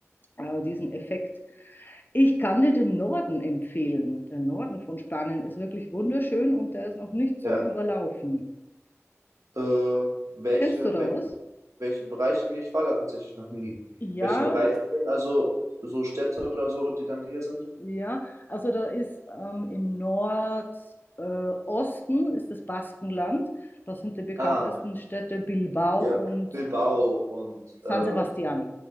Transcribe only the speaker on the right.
Ja.
Äh, welche,
welche
welche Bereiche, nee, ich war da tatsächlich noch nie.
Welche Bereiche denn also so Städte oder so, die dann hier sind?
Ah,
ja,
Bilbao und äh,